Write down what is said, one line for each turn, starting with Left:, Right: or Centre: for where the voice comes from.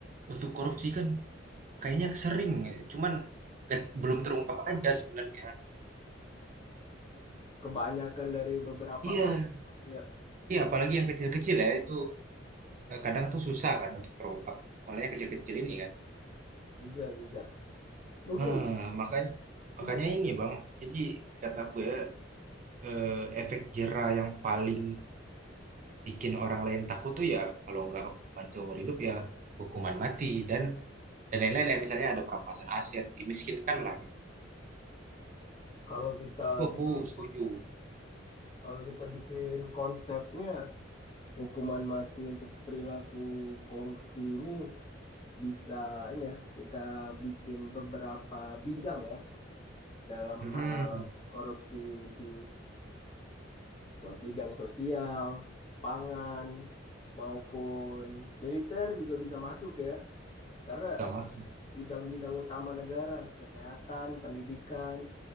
Right: untuk korupsi kan kayaknya sering, ya. cuman nggak- belum terungkap aja sebenarnya.
Left: kebanyakan dari beberapa
Right: Iya,
Left: kasus ya,
Right: iya apalagi yang kecil-kecil ya itu eh, kadang tuh susah kan untuk terungkap. Malah yang kecil-kecil ini kan.
Left: bisa bisa. Mungkin
Right: Eh, makanya
Left: iya,
Right: makanya ini Bang, jadi kataku ya eh, efek jera yang paling Bikin orang lain takut tuh ya kalau nggak hukuman seumur hidup ya hukuman mati dan dan lain-lain ya misalnya ada perampasan aset dimiskinkan
Left: hmm,
Right: lah gitu
Left: kalau kita
Right: itu aku
Left: bikin
Right: setuju
Left: kalau kita bikin konsepnya hukuman mati untuk perilaku korupsi ini bisa ini ya kita bikin beberapa bidang ya dalam
Right: Mm-mm.
Left: hal korupsi di so- bidang sosial, pangan maupun militer juga bisa masuk ya karena
Right: bisa mafia
Left: bidang-bidang utama negara kesehatan, pendidikan